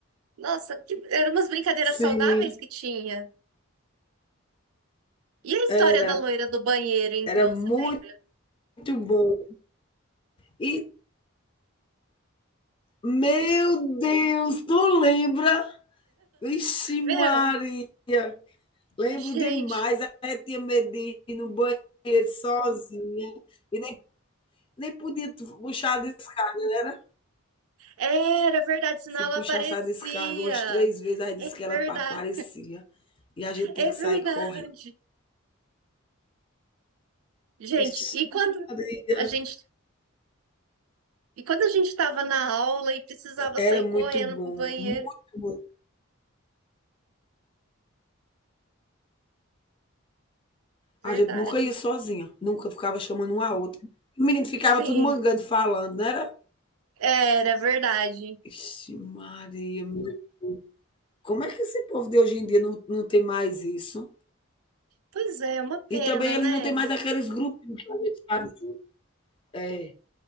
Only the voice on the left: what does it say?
Sim,
era.
Era muito
bom. E, meu Deus, tu lembra? Vixe, Maria!
Lembro
demais. A tia Medina no banheiro sozinha. E nem, nem podia puxar a descarga, não era?
Se
puxasse
a descarga umas três vezes, aí disse
que ela
aparecia. E a gente tem
que
sair correndo.
Ixi,
Maria!
Era
muito
bom,
muito bom.
A gente nunca ia sozinha, nunca ficava chamando um a outro. O menino ficava
tudo mangando, falando, não era?
Ixi Maria, meu. Como é que esse povo de hoje em dia não, não tem mais isso?
E também eles
não têm mais aqueles grupinhos que a gente fazia. É,